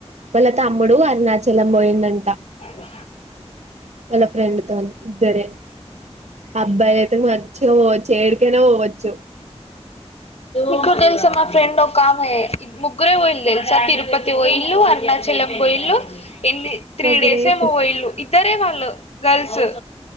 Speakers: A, on the right; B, on the left.
A: వాళ్ళ తమ్ముడు అరుణాచలం పోయిందంట
B: ఓ
A: అలా ఫ్రెండ్ త ఇద్దర అబ్బాయిల అయితే మ పోవచ్చు ఏడికైనా పోవచ్చు
B: ఇకుడు తెలుసా మా ఫ్రెండ్ ఒక ఆమె ముగ్గురే ఒయిలు తెలుసా తిరుపతి ఒయిళలు అరుణాచలం బయిళలు ఎన్ని త్రీ
A: గ్రేట్
B: డేసే మొబైల్లు ఇద్దరే వాళ్ళు గల్స్